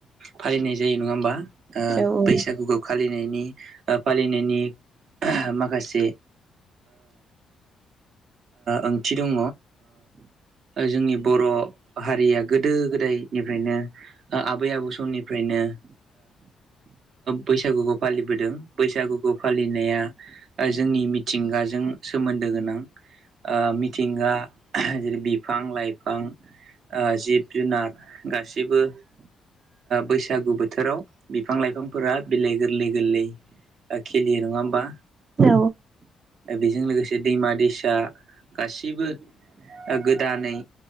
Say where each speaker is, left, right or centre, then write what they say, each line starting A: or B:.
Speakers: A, on the right (about 65°); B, on the right (about 45°).
A: फालिनाय जायो नङा होमबा
B: औ औ
A: बैसागुखौ खालिनो फालिनायनि माखासे ओंथि दंङ जोंनि बर' हारिया गोदो गोदायनिफ्रायनो आबै आबौ समनिफ्रायनो। बैसागुखौ फालिबोदों बैसागुखौ फालिनाया जोंनि मिथिंगाजों सोमोन्दो गोनां। मिथिंगा जेरै बिफां लाइफां बिफां जिब जुनार गासिबो बैसागु बोथोराव बिफां लाइफांफोरा बिलइ गोरलै गोरलै खलियो नङा होमबा
B: औ
A: बेजों लोगोसे दैमा दैसा जा गासिबो गोदानै